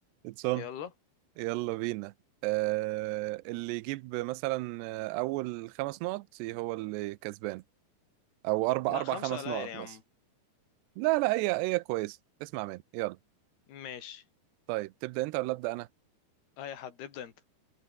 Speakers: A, on the right; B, on the left.
A: اتسون
B: يلا
A: يلا بينا آه اللي يجيب مثلا آه، اول خمس نقط هو اللي كسبان او اربع
B: لا
A: اربع
B: خمسة
A: خمس
B: قليل
A: نقط
B: يا
A: مثلا
B: عم
A: لا لا هي هي كويسه اسمع مني يلا
B: ماشي
A: طيب تبدا انت ولا ابدا انا
B: اي حد ابدأ انت